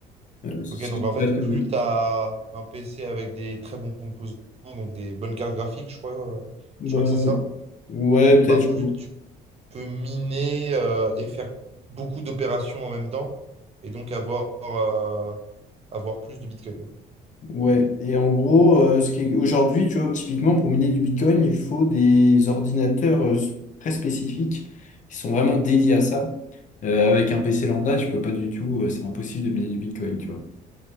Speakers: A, on the left; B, on the right.
A: Euh, si
B: Ok, donc
A: je dis
B: en fait,
A: pas de conneries.
B: plus tu as un PC avec des très bons composants, donc des bonnes cartes graphiques, je crois, euh,
A: Bah,
B: je crois que c'est ça
A: ouais,
B: bah,
A: peut-être. je-
B: plus peut miner euh, et faire beaucoup d'opérations en même temps et donc avoir, euh, avoir plus de Bitcoin. quoi.
A: Ouais. Et en gros, euh, ce qui est... aujourd'hui, tu vois, typiquement pour miner du Bitcoin, il faut des ordinateurs euh, très spécifiques qui sont vraiment dédiés à ça. Euh, avec un PC lambda, tu peux pas du tout, euh, c'est impossible de miner du Bitcoin, tu vois.